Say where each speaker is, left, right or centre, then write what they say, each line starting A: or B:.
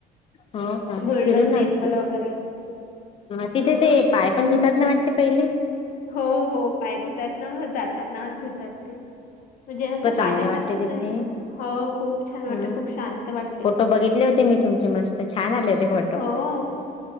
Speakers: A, on the left; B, on the left.
A: हो का
B: गोल्डन
A: फिरून
B: टेम्पल वगैरे
A: तिथे
B: हा
A: ते पाय पण ज नाही वाटते पहिली <unintelligible>
B: हो हो काय धुतात ना जातात नाच धुतात ते म्हणजे
A: इतकं
B: असं
A: चांगलं
B: पाण्यासारखंच
A: वाटते तिथे
B: आहे हो खूप खूप छान वाटते
A: हा
B: खूप शांत वाटते
A: फोटो बघितले होते मी तुमचे मस्त छान आले होते फोटो
B: हो